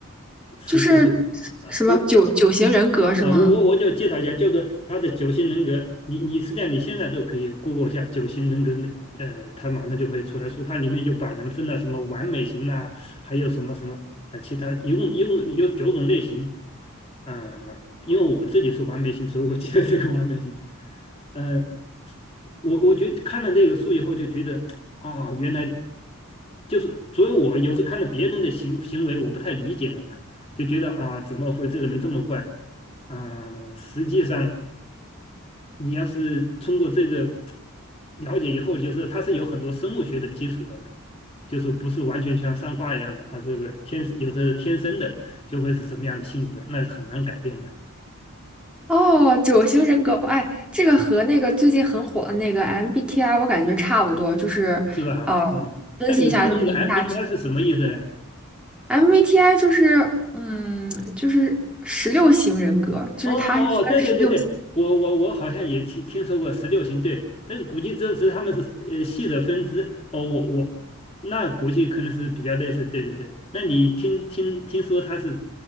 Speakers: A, on the left (about 25°); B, in the centre.
A: 是是是，
B: 就是什么九九型人格是吗？
A: 呃，我啊，我我我就介绍一下，就是他的九型人格，你你实际上你现在都可以 Google 一下九型人格那，呃，他马上就会出来说，它里面就把人分了什么完美型呐、还有什么什么啊，呃其他一共一共有九种类型，啊、因为我自己是完美型，所以我记得这个完美型，呃，我我觉得看了这个书以后就觉得啊，原来就是，所以我有时看到别人的行行为，我不太理解了嘛，就觉得啊，怎么会这个人这么怪？啊、实际上你要是通过这个了解以后，就是它是有很多生物学的基础的嘛，就是不是完全像上卦一样的，它这个天生有的是天生的就会是什么样的性格，那是很难改变的，
B: 哦，九型人格，哎，这个和那个最近很火的那个 MBTI，我感觉差不多，就是，
A: 是吧？
B: 呃，
A: 啊，
B: 分析一下，
A: 那你说这个
B: 就是你大致
A: MBTI 是什么意思呢？
B: MBTI 就是，嗯，就是十六型人格，就是它是分十六
A: 哦哦，哦对对对对，我我我好像也听听说过十六型，对，这个估计只只是他们是呃系的分支。哦，我我那估计可能是比较类似，对对对。那你听听听说他是